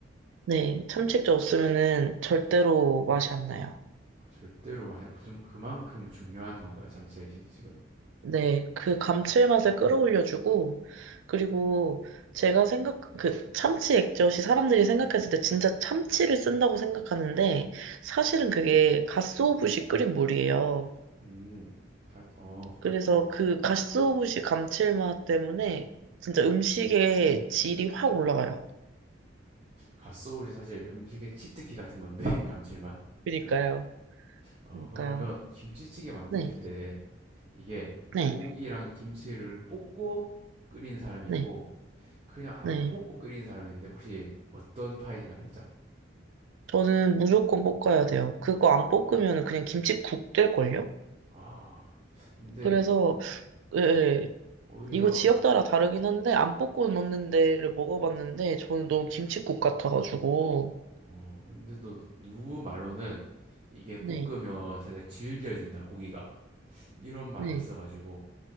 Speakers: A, on the right; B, on the right.
A: 네, 참치 액젓 없으면은 절대로 맛이 안 나요.
B: 어, 절대로 마셔. 그좀 그만큼 중요한 건가요, 참치액이 지금?
A: 네, 그 감칠맛을 끌어올려주고, 그리고 제가 생각, 그 참치 액젓이 사람들이 생각했을 때 진짜 참치를 쓴다고 생각하는데, 사실은 그게 가쓰오부시 끓인 물이에요.
B: 음, 살- 어,
A: 그래서 그 가쓰오부시 감칠맛 때문에 진짜 음식의 질이 확 올라가요.
B: 갓소우지 사실 음식의 치트키 같은 건데 <laughs> 감칠맛.
A: 그니까요.
B: 어,
A: 그니까요.
B: 그러면 김치찌개 만드실
A: 네,
B: 때 이게
A: 네,
B: 고기랑 김치를 볶고 끓인 사람이
A: 네,
B: 있고 그냥 안
A: 네.
B: 볶고 끓인 사람이 있는데 혹시 어떤 파이신가 살짝?
A: 저는 무조건 뽑아야 돼요. 그거 안 뽑으면 그냥 김칫국 될걸요?
B: 아, 근데
A: 그래서, 예, 예.
B: 오히려
A: 이거 지역 따라 다르긴 한데, 안 뽑고 넣는 데를 먹어봤는데, 저는 너무 김칫국 같아가지고.
B: 어 근데 또 누구 말로는 이게 볶으면
A: 네,
B: 살짝 질겨진다 고기가 이런 말이
A: 네.
B: 있어가지고